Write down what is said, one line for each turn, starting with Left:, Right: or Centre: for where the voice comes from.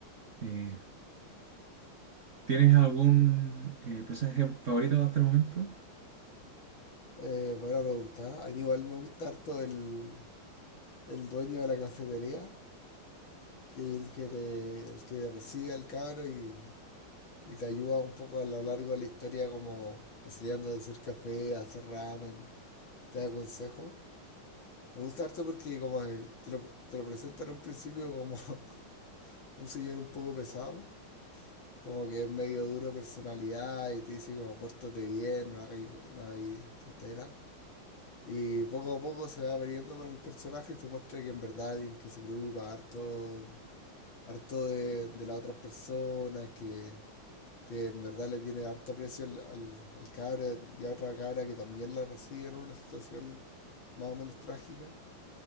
Right: Eh, ¿tienes algún eh, personaje favorito hasta el momento?
Left: Eh, buena pregunta. A mí igual me gusta harto el, el dueño de la cafetería. que el que, te- el que recibe al cabro y, y te ayuda un poco a lo largo de la historia, como enseñando a hacer café, a hacer ramen, te da consejos. Me gusta harto porque como que te lo, te lo presentan en un principio como <laughs> un señor un poco pesado, como que es medio duro de personalidad y te dice como pórtate bien, no hagáis, we- no hagáis tonteras. Y poco a poco se va abriendo con el personaje y se muestra que en verdad alguien que se preocupa harto harto de, de las otras personas, que, que en verdad le tiene harto aprecio al, al, al cabra y a otra cabra que también la recibe en una situación más o menos trágica.